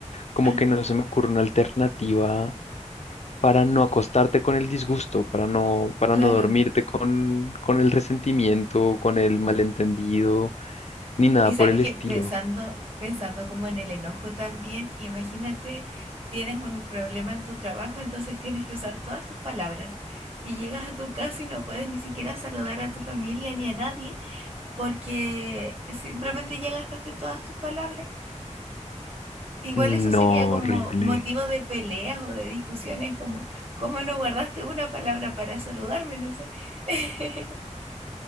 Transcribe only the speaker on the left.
como
que no se me ocurre una alternativa para no acostarte con el disgusto, para no, para
no dormirte con, con el resentimiento, con el malentendido, ni nada
por el estilo.
No,
horrible.